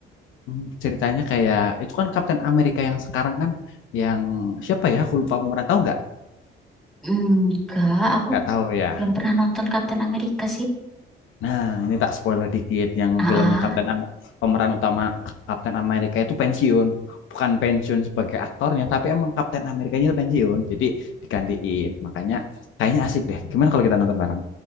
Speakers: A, on the left; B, in the centre.
A: Hmm, ceritanya kayak itu kan Captain America yang sekarang kan yang siapa ya? Aku lupa pemeran tahu nggak?
B: Enggak, aku
A: Nggak tahu ya.
B: pernah nonton Captain America sih.
A: Nah, ini tak spoiler dikit yang
B: Ah,
A: filmnya Kapten
B: ah.
A: Am- pemeran utama K- Kapten Amerika itu pensiun. Bukan pensiun sebagai aktornya, tapi emang Kapten Amerikanya itu pensiun. Jadi digantiin. Makanya kayaknya asik deh. Gimana kalau kita nonton bareng?